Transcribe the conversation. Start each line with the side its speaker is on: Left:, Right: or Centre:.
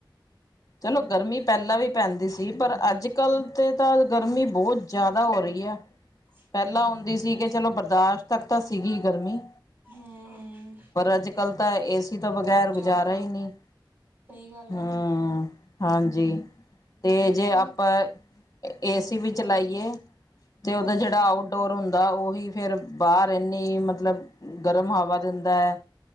Right: <inaudible>
Left: ਚਲੋ ਗਰਮੀ ਪਹਿਲਾਂ ਵੀ ਪੈਂਦੀ ਸੀ ਪਰ ਅੱਜ ਕੱਲ੍ਹ ਤੇ ਤਾਂ ਗਰਮੀ ਬਹੁਤ ਜ਼ਿਆਦਾ ਹੋ ਰਹੀ ਹੈ।
Right: <inaudible>
Left: ਪਹਿਲਾਂ
Right: ਹਾਂਜੀ
Left: ਹੁੰਦੀ ਸੀ ਕਿ ਚਲੋ ਬਰਦਾਸ਼ਤ ਤੱਕ ਤਾਂ ਸੀਗੀ ਗਰਮੀ
Right: ਹਮ ਹਮ
Left: ਪਰ ਅੱਜ ਕੱਲ ਤਾਂ ਏਸੀ ਤੋਂ ਬਗ਼ੈਰ
Right: ਬਹੁਤ
Left: ਗੁਜ਼ਾਰਾ
Right: ਜ਼ਿਆਦਾ
Left: ਹੀ ਨਹੀਂ
Right: ਸਹੀ ਗੱਲ
Left: ਹੂੰ,
Right: ਹੈ।
Left: ਹਾਂਜੀ ਤੇ ਜੇ
Right: ਉਹਨਾਂ
Left: ਆਪਾਂ ਏ ਸੀ ਵੀ ਚਲਾਈਏ ਤੇ ਉਦੋਂ
Right: ਹਾਂਜੀ
Left: ਜਿਹੜਾ ਆਊਟਡੋਰ ਹੁੰਦਾ ਉਹੀ ਫੇਰ ਬਾਹਰ ਇੰਨੀ ਮਤਲਬ ਗਰਮ ਹਵਾ ਦਿੰਦਾ ਹੈ।